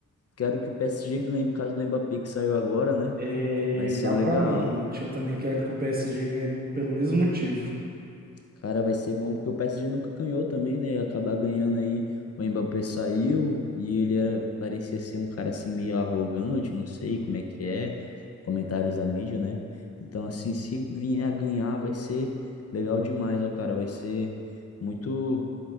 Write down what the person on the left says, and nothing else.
Quero que o PSG ganhe por causa do Mbappé que saiu agora, né?
Vai
ser legal.
Cara, vai ser bom porque o PSG nunca ganhou também, né? Acabar ganhando aí. O Mbappé saiu e ele era, parecia ser um cara assim meio arrogante, não sei como é que é. Comentários da mídia, né? Então, assim, se vier a ganhar, vai ser legal demais, ó, cara. Vai ser muito,